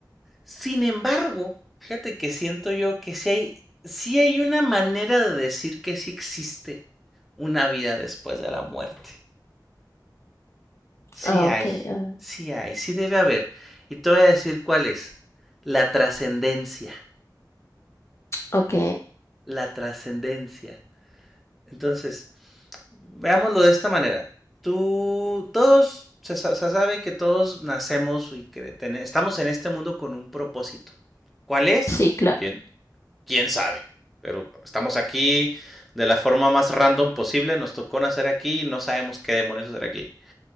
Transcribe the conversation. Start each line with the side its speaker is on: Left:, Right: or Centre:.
Centre: Sin embargo, fíjate que siento yo que sí hay, sí hay una manera de decir que sí existe una vida después de la muerte. Sí
Left: Ok,
Centre: hay,
Left: ah,
Centre: sí hay, sí debe haber. Y te voy a decir cuál es. La trascendencia,
Left: ok.
Centre: la trascendencia. Entonces, veámoslo de esta manera. Tú, todos, se, se sabe que todos nacemos y que ten- estamos en este mundo con un propósito. ¿Cuál es?
Left: Sí, claro.
Centre: ¿Quién, quién sabe? Pero estamos aquí de la forma más random posible, nos tocó nacer aquí y no sabemos qué demonios hacer aquí.